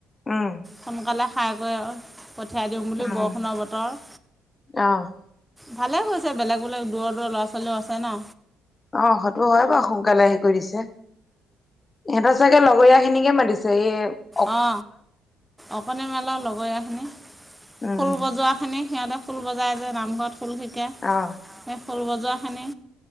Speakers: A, on the left; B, in the centre.
A: উম,
B: সোনকালে খাই কৰি অ, পঠিয়াই দিম বুলি
A: উম,
B: বৰষুণৰ বতৰ।
A: অ'।
B: ভালে কৰিছে বেলেগ - বেলেগ, দূৰৰ -দূৰৰ ল'ৰা -ছোৱালীও আছে না?
A: অ, সেটো হয় বাৰু সোনকালে হেৰি কৰি দিছে। ইহেন্তৰ চাগে লগৰীয়াখিনিকে মাতিছে ইয়ে
B: অ, অকনী মেলা লগৰীয়াখিনি
A: উম
B: ফুল বজোৱাখিনি সিহঁতে খোল বজায় যে নামঘৰত খোল শিকে।
A: অহ',
B: এ খোল বজোৱাখিনি